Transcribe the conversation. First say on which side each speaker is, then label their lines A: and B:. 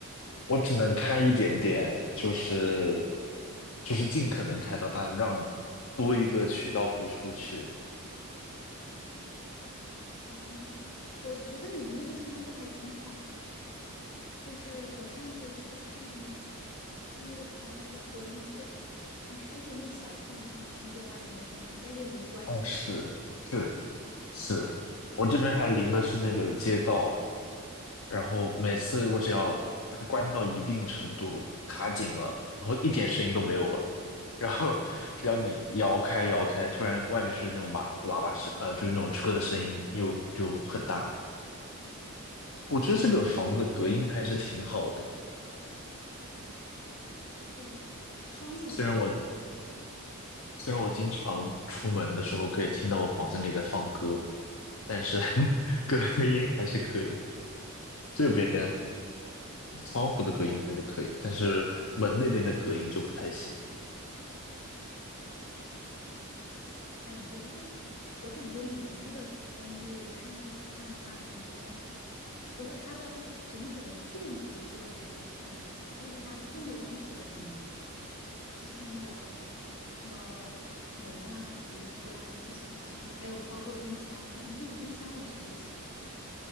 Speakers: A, on the left (about 65°); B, on the left (about 85°).
A: 我只能开一点点，就是就是尽可能开到，大，让多一个渠道可以出去。
B: 哦，我觉得你们那个窗户还挺好的，就是我上次去看的时候，它那个窗户隔音非常好，你开一点点小缝，你就能听见外面的声音，但是你关上就听不见了。
A: 哦，是是，是，我这边还临的是那个街道，然后每次我只要关到一定程度卡紧了，然后一点声音都没有了，然后只要你摇开摇开，突然外面是那种马喇叭声，呃，就是那种车的声音又就很大。我觉得这个房子隔音还是挺好的，
B: 是啊，双层玻璃，
A: 虽然我虽然我经常出门的时候可以听到我房间里在放歌，但是 <laughs> 隔音还是可以。这边。窗户的隔音还是可以，但是门那边的隔音就不太行。
B: 感觉我感觉你们那个公寓，我上次去看的话，感觉除了它的整体的建筑质量稍微差一点，但是它用的东西都还蛮好的。像那个什么门呐、洗衣机啊这些东西，还有包括冰箱。哎，那个冰箱我是真喜欢。